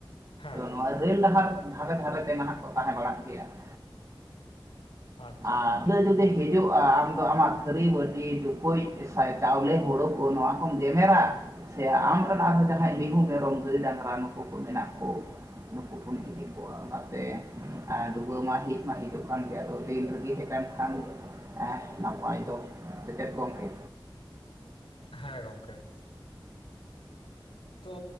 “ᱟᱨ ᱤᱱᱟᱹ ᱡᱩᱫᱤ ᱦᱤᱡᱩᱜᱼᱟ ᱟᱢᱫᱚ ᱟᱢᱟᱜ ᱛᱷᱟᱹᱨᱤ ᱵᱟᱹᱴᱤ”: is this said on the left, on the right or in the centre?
Right